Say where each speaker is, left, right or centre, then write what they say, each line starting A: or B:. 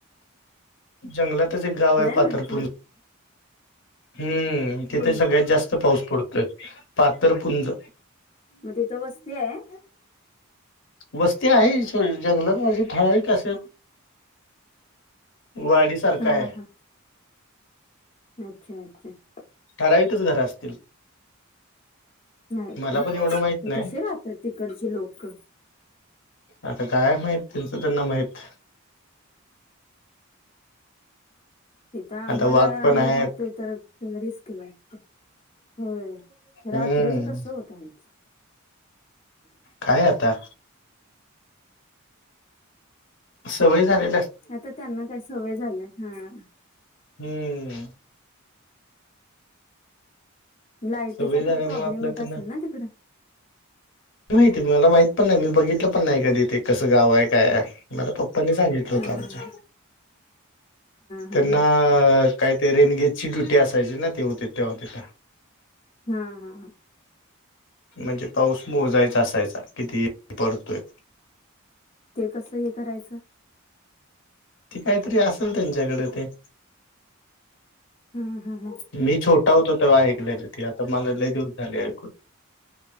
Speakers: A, on the left (about 60°); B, on the left (about 30°).
A: जंगलातच एक गाव आहे, पाथरपुं
B: म्हंटलं
A: हम्म तिथे
B: कोणतं
A: सगळ्यात जास्त पाऊस पडतोय पाथरपुंज.
B: मग तिथं वस्ती आहे?
A: वस्ती आहे जंगलात म्हणजे ठरावीक अस वाडी सारखा
B: हा
A: आहे
B: हा अच्छा अच्छा.
A: ठराविकच घर असतील.
B: नाहीत
A: मला
B: काय,
A: पण एवढं माहित
B: मग
A: नाही
B: कसे राहतात तिकडचे लोक?
A: आता काय माहित त्यांचं त्यांना माहित.
B: इथ आम्हाला
A: आता वाघ पण
B: आम्ही
A: आहेत
B: राहतोय तर रिस्क वाटतंय. होय रात्रीच
A: हम्म
B: कस होत त्यांचं,
A: काय आता, सवय झाल्या
B: आता त्यांना काय सवय झाल्या हा.
A: हम्म.
B: लायटीचा
A: सवय झाल्यामुळे
B: पण प्रॉब्लेम
A: आपल्या
B: येत
A: त्यांना
B: असेल ना तिकड?
A: माहिती मला माहित पण नाही मी बघितलं पण नाही कधी ते कसं गाव आहे. काय मला पप्पनी सांगितलं होत
B: हा
A: आमच्या
B: हा हा
A: त्यांना
B: हा
A: अ काही ते रेनगेट ची ड्युटी असायची ना ते होते तेव्हा तिथ
B: हा, हा,
A: म्हणजे पाऊस मोजायचा असायचा, किती पडतोय?
B: ते कसं? हे करायचं?
A: ते काहीतरी असेल त्यांच्याकडे ते.
B: अं हं हं.
A: मी छोटा होतो तेव्हा ऐकलेलं, ती आता मला लयं दिवस झाली ऐकून.